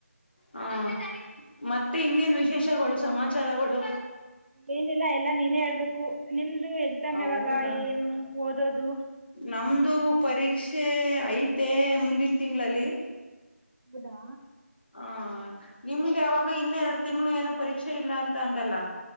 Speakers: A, on the left; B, on the right.
A: ಹಾ ಮತ್ತೆ ಇನ್ನೇನ್ ವಿಶೇಷಗಳು, ಸಮಾಚಾರಗಳು?
B: ಏನಿಲ್ಲ ಎಲ್ಲ ನೀನೇ ಹೇಳ್ಬೇಕು ನಿಮ್ದು ಎಕ್ಸಾಮ್
A: ಹೌದಾ
B: ಯಾವಾಗ ಏನು? ಓದೋದು?
A: ನಮ್ದು ಪರೀಕ್ಷೆ ಐತೆ ಮುಂದಿನ ತಿಂಗಳಲ್ಲಿ
B: ಹೌದಾ
A: ಹಾ ನಿಮ್ದ ಯಾವಾಗ? ಆಗ ಇನ್ನ ಎರಡು ತಿಂಗಳು ಏನೋ ಪರೀಕ್ಷೆ ಇಲ್ಲ ಅಂತ ಅಂದಲ್ಲ.